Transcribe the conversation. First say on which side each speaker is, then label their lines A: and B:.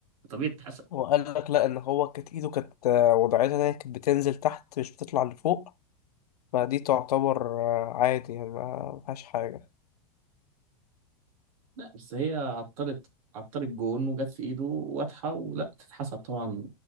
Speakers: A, on the right; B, on the left.
A: طبيعي تتحسب
B: هو قال لك لا إن هو كانت إيده كانت وضعيتها إن هي كانت بتنزل تحت مش بتطلع لفوق فدي تعتبر عادي يعني ما ما فيهاش حاجة
A: لا بس هي عطلت عطلت جون وجت في ايده واضحه ولا تتحسب طبعا